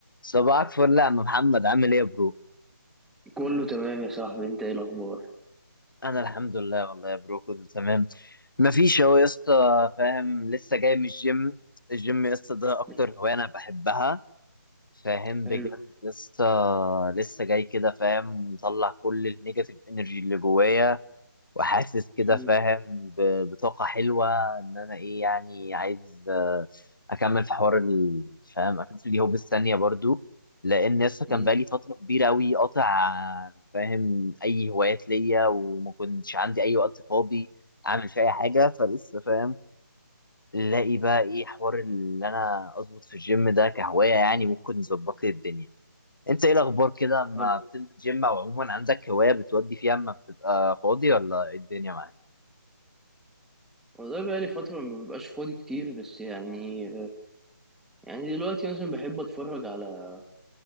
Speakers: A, on the left; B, in the centre.
A: صباحك فل يا عم محمد عامل ايه يا برو
B: كله تمام يا صاحبي انت ايه الاخبار
A: انا الحمد لله والله يا برو كله تمام مفيش اهو يا اسطى فاهم لسه جاي من الجيم الجيم يا اسطى ده اكتر
B: مم،
A: هوايه انا بحبها فاهم
B: حلو
A: بجد يا اسطى لسه جاي كده فاهم مطلع كل النيجاتيف انرجي اللي جوايا وحاسس كده
B: مم،
A: فاهم ب- بطاقة حلوة إن أنا إيه يعني عايز آه، أكمل في حوار ال- فاهم أشوف اليوم بالثانية برضو لأن لسه كان
B: مم،
A: بقالي فترة كبيرة أوي قاطع آه، فاهم أي هوايات ليا وما كنتش عندي أي وقت فاضي أعمل فيه أي حاجة فلسه فاهم الاقي بقى إيه حوار اللي أنا أظبط في الجيم ده كهواية يعني ممكن يظبط لي الدنيا أنت إيه الأخبار كده ما
B: حلو
A: بتنزل جيم أو عموما عندك هواية بتودي فيها أما بتبقى فاضي ولا إيه الدنيا معاك؟
B: والله بقالي فترة ما ببقاش فاضي كتير بس يعني يعني دلوقتي مثلا بحب اتفرج على